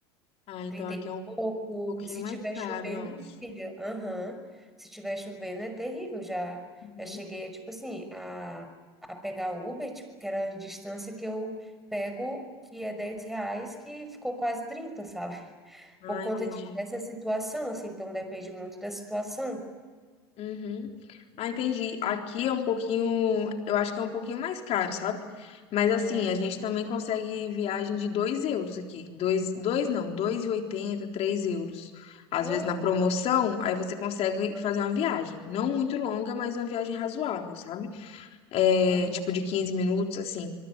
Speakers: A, on the left (about 50°); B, in the centre.
A: Ah, então
B: 30
A: aqui
B: e
A: é um
B: pouco.
A: pouquinho
B: E se
A: mais
B: tiver
A: caro,
B: chovendo,
A: eu acho.
B: filha, aham. Se tiver chovendo é terrível. Já,
A: Uhum.
B: já cheguei, tipo assim, a, a pegar Uber, tipo, que era a distância que eu pego, que é 10 reais, que ficou quase trinta sabe?
A: Ah,
B: Por conta
A: entendi.
B: de, dessa situação, assim, então depende muito da situação.
A: Uhum. Ah, entendi. Aqui é um pouquinho, eu acho que é um pouquinho mais caro, sabe? Mas assim,
B: Hum.
A: a gente também consegue viagem de 2 euros aqui. dois dois não dois e oitenta três euros. Às
B: Nossa.
A: vezes na promoção, aí você consegue
B: Hã?
A: fazer uma viagem. Não muito longa, mas uma viagem razoável, sabe? é,
B: Hã?
A: tipo, de 15 minutos, assim.